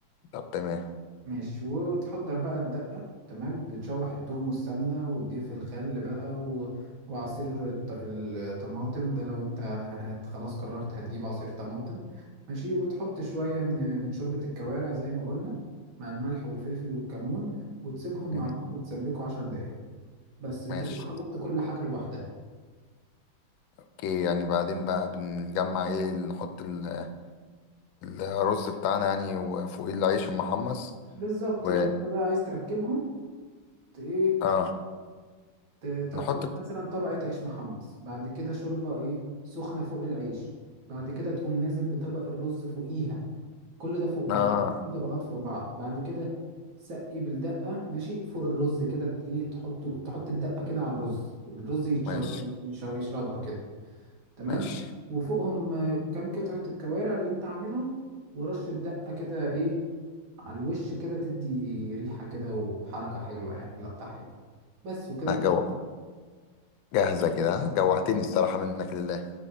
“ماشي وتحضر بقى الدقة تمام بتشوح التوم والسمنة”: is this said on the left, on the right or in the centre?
Right